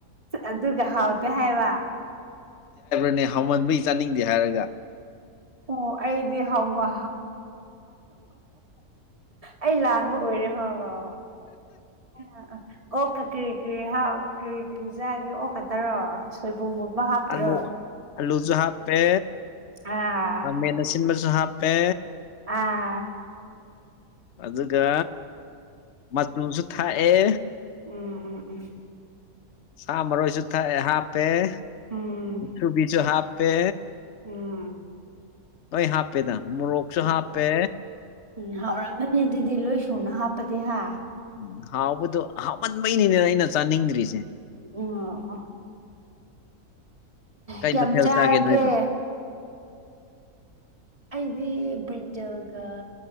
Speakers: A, on the right; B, on the left.
A: ꯑꯗꯨꯒ ꯍꯥꯎꯇ ꯍꯥꯏ ꯋꯥ
B: ꯅꯦ ꯍꯥꯎꯃꯟꯕꯩ ꯆꯥꯅꯤꯡꯗꯦ ꯍꯥꯏꯔꯒ
A: ꯑꯣ ꯑꯩꯗꯤ ꯍꯥꯎꯋꯥ ꯑꯩ ꯂꯥꯟꯕ ꯑꯣꯏꯔꯦ ꯍꯣꯏ ꯍꯣꯏ ꯍꯣꯏ ꯑꯣꯀꯦ ꯀꯔꯤ ꯀꯔꯤ ꯀꯔꯤ ꯀꯔꯤ ꯆꯥꯒꯦ ꯑꯣꯀꯗꯔꯣ ꯁꯣꯏꯕꯨꯝꯒꯨꯝꯕ ꯍꯥꯞꯇ꯭ꯔꯣ
B: ꯑꯂꯨ ꯑꯂꯨꯁꯨ ꯍꯥꯞꯄꯦ
A: ꯑꯥ
B: ꯈꯃꯦꯟꯗ ꯑꯁꯤꯟꯕꯁꯨ ꯍꯥꯞꯄꯦ
A: ꯑꯥ
B: ꯑꯗꯨꯒ ꯃꯆꯨꯁꯨ ꯊꯥꯛꯑꯦ
A: ꯎꯝ ꯎꯝ ꯎꯝ
B: ꯁꯥ ꯃꯔꯣꯏꯁꯨ ꯊꯛꯑꯦ ꯍꯥꯞꯄꯦꯁꯨꯨꯕꯤꯁꯨ
A: ꯎꯝ
B: ꯍꯥꯞꯄꯦ
A: ꯎꯝ
B: ꯑꯩꯩ ꯍꯥꯞꯄꯦꯗ ꯃꯣꯔꯣꯛꯁꯨ
A: ꯎꯝ
B: ꯍꯥꯞꯄꯦ
A: ꯎꯝ ꯍꯧꯥꯎꯔꯛꯀꯅꯤ ꯑꯗꯨꯗꯤ ꯂꯣꯏ ꯁꯨꯅ ꯍꯥꯞꯄꯗꯤ ꯍꯥ
B: ꯎꯝ ꯍꯥꯎꯕꯗꯣ ꯍꯥꯎꯃꯟꯕꯩꯅꯤꯅꯦꯅ ꯑꯩꯅ ꯆꯥꯅꯤꯡꯗ꯭ꯔꯤꯁꯦ
A: ꯑ ꯑ
B: ꯀꯩ
A: ꯀꯌꯥꯝ
B: ꯃꯊꯦꯜ
A: ꯆꯥꯔꯒꯦ
B: ꯆꯥꯒꯦ ꯅꯣꯏꯕꯣ
A: ꯑꯩꯗꯤ ꯤꯟꯖꯜꯒ